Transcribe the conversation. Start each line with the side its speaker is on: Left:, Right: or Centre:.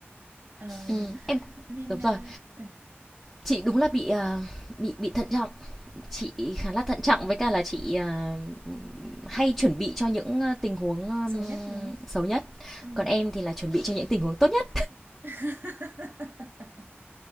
Right: Ờ,
Centre: Ừ. em
Right: nên
Centre: đúng
Right: ờ,
Centre: rồi
Right: à,
Centre: chị đúng là bị à, bị bị thận trọng chị khá là thận trọng với cả là chị à, hay chuẩn bị cho những à, tình huống um,
Right: xấu nhất đúng không?
Centre: xấu nhất
Right: Ừ.
Centre: còn em thì là chuẩn bị cho những tình huống tốt nhất
Right: <laughs>